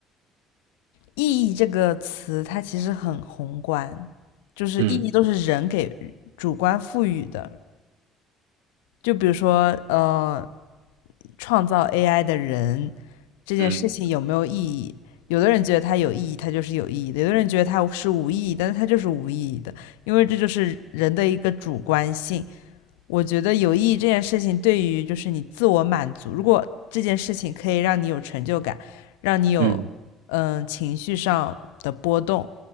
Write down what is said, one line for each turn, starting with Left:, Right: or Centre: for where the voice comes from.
Left: 意义这个词，它其实很宏观，就是意义都是人给主观赋予的。
Right: 嗯
Left: 就比如说，呃，创造 AI 的人这件事情有没有意义？
Right: 嗯
Left: 有的人觉得它有意义，它就是有意义的；有的人觉得它是无意义，但是它就是无意义的，因为这就是人的一个主观性。我觉得有意义这件事情对于就是你自我满足，如果这件事情可以让你有成就感，让你有嗯、
Right: 嗯，
Left: 呃情绪上的波动，